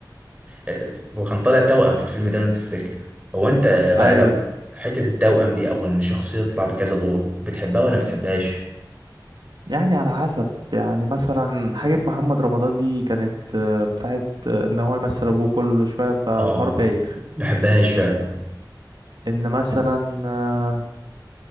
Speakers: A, on the right (about 20°); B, on the right (about 65°).
A: آه، وكان طالع توأم في الفيلم ده لو انت تفتكر هو انت بقى
B: ايوه
A: لو حتة التوأم دي او ان شخصية تطلع بكذا دور بتحبها ولا ما بتحبهاش
B: يعني على حسب يعني مثلا حاجة محمد رمضان دي كانت آه، بتاعت آه، ان هو يمثل ابوه كل شوية فالحوار
A: اه
B: بايخ
A: بحبهاش فعلا
B: ان مثلا آه،